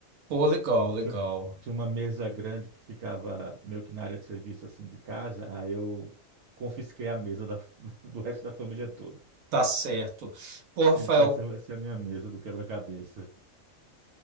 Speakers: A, on the right; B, on the right.
A: Pô, legal, legal.
B: tinha, tinha uma mesa grande que ficava meio que na área de serviço assim de casa, aí eu confisquei a mesa da- <laughs> do resto da família toda.
A: Tá certo. Pô, Rafael,
B: Ele disse, essa vai ser a minha mesa do quebra-cabeça.